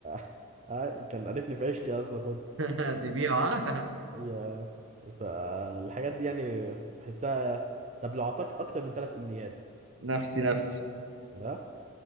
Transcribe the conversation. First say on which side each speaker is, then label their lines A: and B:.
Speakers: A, on the right; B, on the right.
A: <laughs> آه، كان عرفني في عيشتي اصلا خد
B: <laughs> تبيعه
A: يا فالحاجات دي يعني بحسها طب لو اعطاك اكتر من ثلاث امنيات
B: <laughs> نفسي نفسي
A: ها